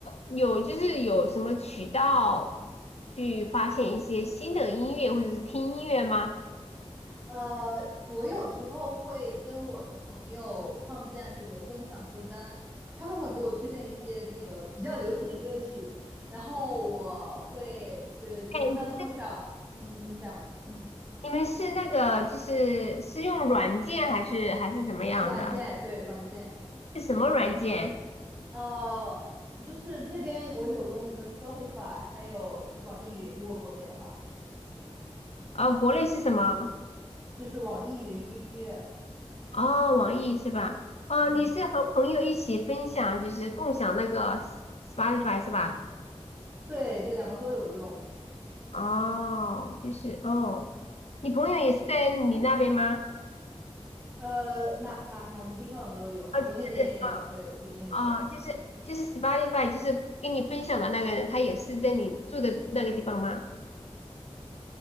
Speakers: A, on the left; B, on the right.
A: 有就是有什么渠道去发现一些新的音乐，或者是听音乐吗？
B: 呃，我有时候会跟我的朋友创建这个共享歌单，他们会给我推荐一些这个比较流行的歌曲，然后我会对，比如说在路上，
A: 哎，
B: 嗯，你讲，嗯，
A: 你们是那个就是是用软件还是还是怎么样的？
B: 软件，对，软件，
A: 是什么软件？
B: 呃，就是这边我有用那个 Spotify，还有就是网易云，如果国内的话，
A: 哦，国内是什么？
B: 就是网易云音乐，
A: 哦，网易是吧？哦，
B: 嗯，
A: 你是和朋友一起分享，就是共享那个 Spotify 是吧？
B: 对对，两个都有用。
A: 哦，就是哦，你朋友也是在你那边吗？
B: 呃，哪哪哪个地方的都有，
A: 哦，
B: 国内的也有，
A: 就是
B: 对，这边的也有。
A: 哦哦，就是就是 Spotify，就是跟你分享的那个人，他也是在你住的那个地方吗？